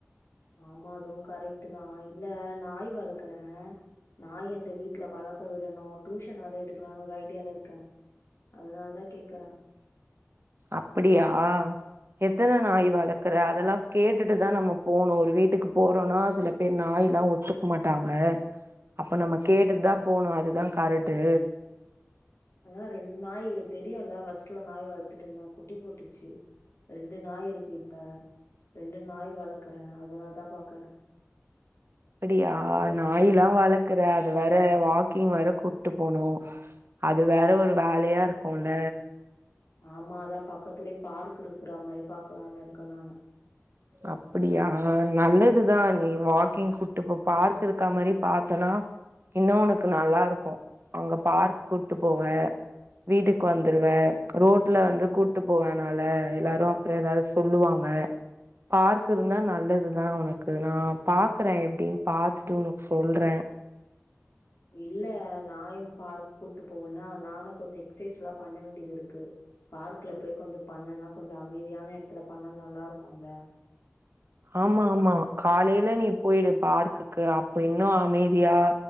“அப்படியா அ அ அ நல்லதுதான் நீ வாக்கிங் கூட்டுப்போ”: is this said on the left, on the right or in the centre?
Right